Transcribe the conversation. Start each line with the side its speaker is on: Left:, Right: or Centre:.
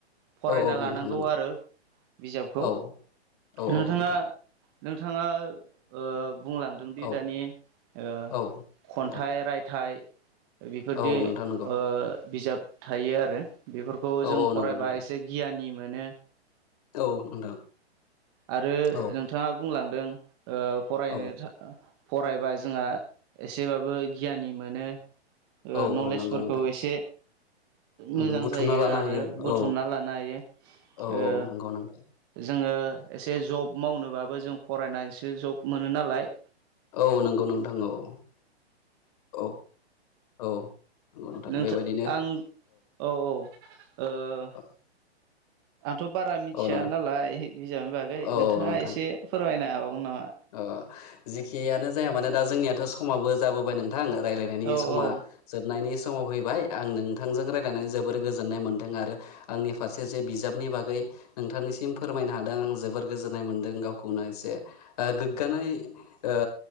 Right: फरायना
Left: औ औ
Right: लानांगौ
Left: नोंथां नंगौ
Right: आरो बिजाबखौ
Left: औ औ औ
Right: नोंथाङा
Left: नोंथां
Right: नोंथाङा ओ बुंलां जोंदि
Left: औ
Right: दानि ओ
Left: औ
Right: खन्थाइ
Left: नोंथां
Right: रायथाइ बेफोरदि
Left: औ नोंथां नंगौ
Right: ओ बिजाब थायो आरो बेफोरखौ
Left: औ
Right: जों
Left: औ नंगौ
Right: फरायबाय
Left: नोंथां
Right: दि गियानि मोनो।
Left: औ नोंथां
Right: आरो
Left: औ
Right: नोंथाङा बुंलांदों ओ फरायनो
Left: औ
Right: था फरायबा जोंहा एसेबाबो गियानि मोनो। ओ
Left: औ
Right: नलेजफोरखौ
Left: औ नंगौ नोंथां
Right: एसे
Left: उम
Right: मोजां
Left: बुथुमना
Right: जायो
Left: लानो
Right: आरो
Left: हायो
Right: बुथुमना
Left: औ
Right: लानो हायो
Left: औ
Right: ओ
Left: नंगौ नोंथां
Right: जोङो एसे जब मावनोबाबो जों फरायनानैसो जब मोनो नालाय
Left: औ नंगौ नोंथां औ औ औ। नंगौ नोंथां
Right: नोंथ
Left: बेबायदिनो
Right: आं औ औ ओ
Left: <inaudible>
Right: आंथ' बारा मिथिया
Left: औ नोंथां
Right: नालाय बिजाबनि बागै
Left: औ
Right: नोंथाङा
Left: औ नोंथां
Right: एसे फोरमायनो हाबावगोन नामा।
Left: अ जेखियानो जाया मानोे दा जोंनियाथ' समाबो जाबोबाय नोंथां रायलायनायनि
Right: औ
Left: समा
Right: औ
Left: जोबनायनि समाव फैबाय आं नोंथांजों रायलायनानै जोबोर गोजोननाय मोन्दों आरो रैखाथि आंनि फारसे जे बिजाबनि बागै नोंथांनिसिम फोरमायनो हादों जोबोर गोजोननाय मोनदों गावखौनो एसे ओ गोग्गानाय ओ